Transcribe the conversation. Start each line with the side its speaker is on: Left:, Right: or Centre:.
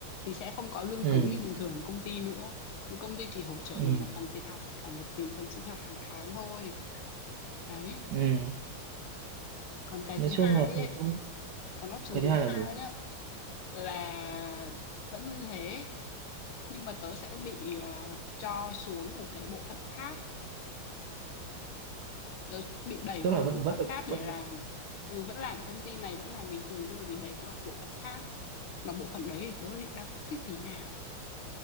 Left: thì sẽ không có lương
Right: ừ
Left: cứng như bình thường công ty nữa mà công ty chỉ hỗ trợ
Right: ừ
Left: được một phần tiền học với cả một tiền phần sinh hoạt hàng tháng thôi đấy
Right: ừ
Left: còn cái
Right: nói
Left: thứ
Right: chung
Left: hai
Right: là
Left: ấy
Right: công
Left: còn option
Right: cái
Left: thứ
Right: thứ hai
Left: hai
Right: là gì
Left: á là vẫn như thế nhưng mà tớ sẽ bị ờ, cho xuống một cái bộ phận khác tớ bị đẩy
Right: tức
Left: qua
Right: là
Left: một
Right: vẫn
Left: bộ
Right: vẫn
Left: phận
Right: được
Left: khác
Right: vẫn
Left: để làm
Right: được
Left: ừ vẫn làm công ty này vẫn làm bình thường nhưng mà bị đẩy qua bộ phận khác mà bộ phận đấy thì tớ thì đang không thích tí nào